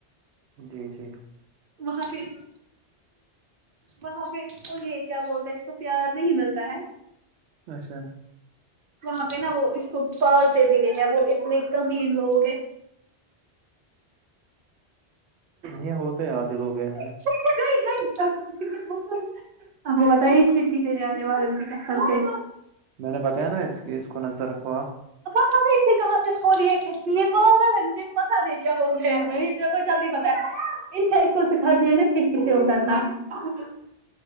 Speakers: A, on the right; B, on the right.
A: جی جی
B: وہاں پہ وہاں پہ اس کو یہ کیا بولتے ہیں اس کو پیار نہیں ملتا ہے
A: اچھا
B: وہاں پہ نا وہ اس کو پالتے بھی نہیں ہیں وہ اتنے کمین لوگ ہیں
A: یہ ہوتے ہیں آدھے لگ ایسے
B: گ آپ کو بتائیے کھڑکی سے جانے والادت سے کہ خاں سے
A: میں نے بتایا نا اس کیس کو نظر رکھو آپ
B: اپ س ے کہاں سے کھول کچنے پاگل ہے مجھے پتا نہیں کیا ہو گ ہے ہم بھی تیرے کو جلدی پتا ہے ان چز کو سکھا دے نا کہھ ک سے ہو کر ن